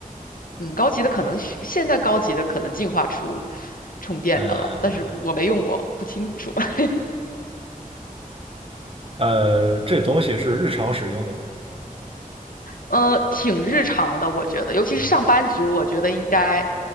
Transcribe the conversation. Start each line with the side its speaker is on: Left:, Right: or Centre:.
Left: 嗯，高级的可能是现在高级的可能进化出
Right: 高
Left: 充电的了，
Right: 呃
Left: 但是我没用过，不清楚。<laughs>
Right: 呃，这东西是日常使用的吗？
Left: 呃，挺日常的，我觉得，尤其是上班族，
Right: 就是说
Left: 我觉得应该，